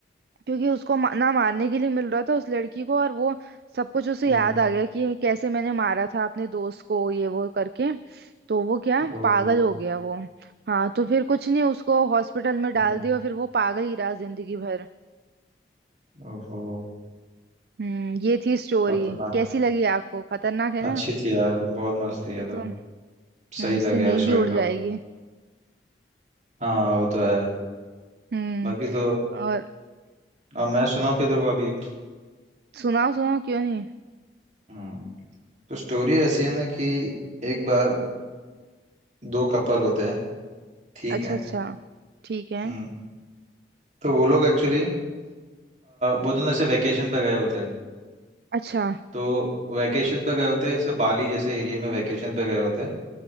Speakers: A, on the right; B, on the right.
A: क्योंकि उसको मा- ना मारने के लिए मिल रहा था उस लड़की को और वो सब कुछ उसे
B: हम्म
A: याद आ गया कि कैसे मैंने मारा था अपने दोस्त को ये वो करके तो वो क्या
B: ओहो
A: पागल हो गया वो हाँ तो फिर कुछ नहीं उसको हॉस्पिटल में डाल
B: हम्म,
A: दिया और फिर वो पागल ही रहा जिंदगी भर
B: ओहो
A: हम्म ये थी स्टोरी
B: खतरनाक
A: कैसी लगी आपको खतरनाक है ना
B: अच्छी थी यार बहुत मस्त थी ये
A: ये
B: तो
A: तो हम्म,
B: सही
A: इससे
B: लगे
A: नींद
B: यार स्टोरी
A: ही उड़ जाएगी
B: तो हाँ वो तो है
A: हम्म
B: बाकी तो
A: और
B: अब मैं सुनाऊँ फिर तेरे को अभी एक
A: सुनाओ सुनाओ क्यों नहीं
B: हम्म तो स्टोरी ऐसी है ना कि एक बार दो कपल होते हैं ठीक
A: अच्छा
B: है
A: अच्छा ठीक है
B: हम्म तो वो लोग एक्चुअली वो दोनों ऐसे वैकेशन पे गए होते हैं
A: अच्छा
B: तो वैकेशन पे गए होते हैं ऐसे बाली जैसे एरिया में वैकेशन पे गए होते हैं